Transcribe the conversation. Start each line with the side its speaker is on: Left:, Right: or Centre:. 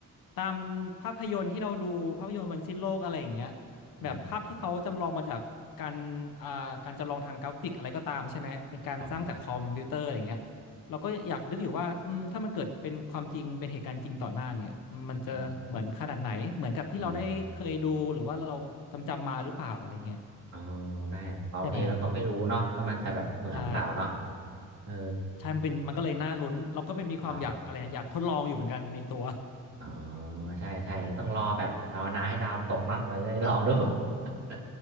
Left: ตามภาพยนตร์ที่เราดูภาพยนตร์วันสิ้นโลกอะไรอย่างเงี้ย
Right: <laughs> อืม
Left: แบบภาพที่เขาจำลองมาจากการอ่าการจำลองทางกราฟิกอะไรก็ตามใช่ไหมเป็นการสร้างจากคอมพิวเตอร์อะไรเงี้ยเราก็อยากนึกอยู่ว่าอืมถ้ามันเกิดเป็นความจริงเป็นเหตุการณ์จริงต่อหน้าเนี่ยมันจะเหมือนขนาดไหนเหมือนกับที่เราได้เคยดูหรือว่าเราจำจำมาหรือเปล่าอะไรเงี้ย
Right: ครับอืมอ่าเออได้บางทีแล้วก็ไม่รู้เนาะว่ามันจะแบบเหมือนเปล่าเนาะ
Left: ใช่ไหมใช่
Right: เออ
Left: ใช่มันเป็นมันก็เลยน่าลุ้นเราก็เป็นมีความอยากอะไรนะอยากทดลองอยู่เหมือนกันในตัว
Right: เนาะอ๋อใช่ใช่ต้องรอแบบภาวนาให้ดาวมันตกเนาะเราจะได้ลองดู <laughs>